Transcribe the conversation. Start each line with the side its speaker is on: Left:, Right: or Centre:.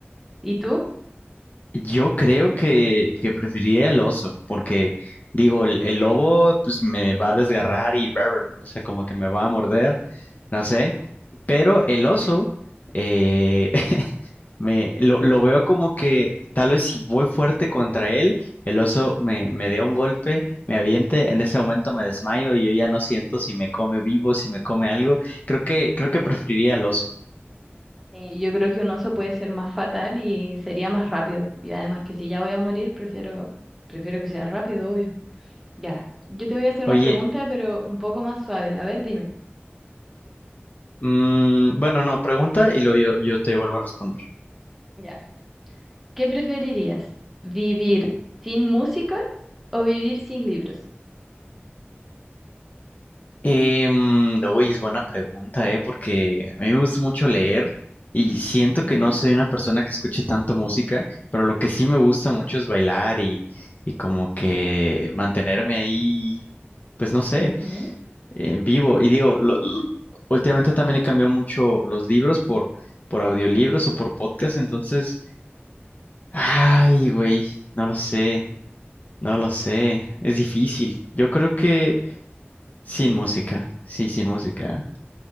Centre: ¿Y tú?
Left: Yo creo que, que preferiría el oso, porque digo, el, el lobo pues me va a desgarrar y rar, o sea, como que me va a morder, no sé, pero el oso eh, <laughs> me lo, lo veo como que tal vez si voy fuerte contra él, el oso me, me dé un golpe, me aviente, en ese momento me desmayo y yo ya no siento si me come vivo, si me come algo. Creo que, creo que preferiría el oso.
Centre: Eh, yo creo que un oso puede ser más fatal y sería más rápido. Y además que si ya voy a morir, prefiero, prefiero que sea rápido, obvio. Ya. Yo te voy a hacer una
Left: Oye,
Centre: pregunta, pero un poco más suave. A ver, dime.
Left: mm, bueno, no, pregunta y luego yo, yo te vuelvo a responder.
Centre: Ya. ¿Qué preferirías? ¿Vivir sin música o vivir sin libros?
Left: Em, uy, es buena pregunta, ¿eh? Porque a mí me gusta mucho leer y siento
Centre: Ujú,
Left: que no soy una persona que escuche tanto música, pero lo que sí me gusta mucho es bailar y, y como que mantenerme ahí, pues no sé,
Centre: ujú.
Left: eh, vivo. Y digo, lo- lo- últimamente también he cambiado mucho los libros por, por audiolibros o por podcast, entonces, ay, güey, no lo sé, no lo sé, es difícil. Yo creo que sin música, sí, sin música.